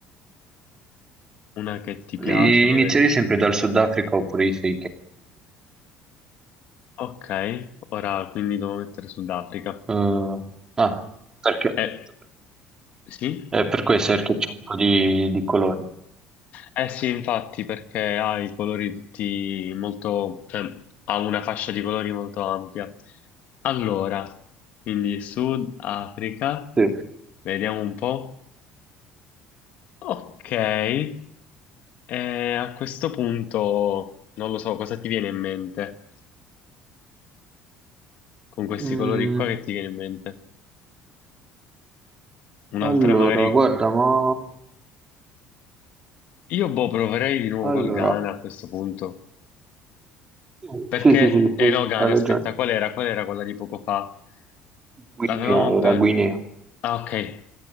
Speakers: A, on the left; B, on the right.
A: una che ti piace
B: I-
A: magari.
B: Inizierei sempre dal Sudafrica oppure i sei che...
A: Ok, ora quindi devo mettere Sudafrica.
B: Eh, ah, perché appunto
A: Eh,
B: per
A: sì?
B: eh, per questo perché c'è un po' di, di colori.
A: Eh sì, infatti, perché ha i colori tutti molto, cioè ha una fascia di colori molto ampia. Allora, quindi Sudafrica,
B: Sì.
A: vediamo un po'. Ok, eh, a questo punto non lo so cosa ti viene in mente con questi
B: Mm,
A: colori qua che ti viene in mente. Un'altra
B: allora,
A: magari,
B: guarda, ma...
A: io boh, proverei di nuovo
B: Allora,
A: col Ghana a questo punto.
B: sì,
A: Perché
B: sì, sì, sì,
A: eh
B: sì,
A: no, Gane,
B: hai ragione.
A: aspetta, qual era? Qual era quella di poco fa?
B: Guinea
A: L'avevamo appena...
B: era Guinea.
A: Ah, ok.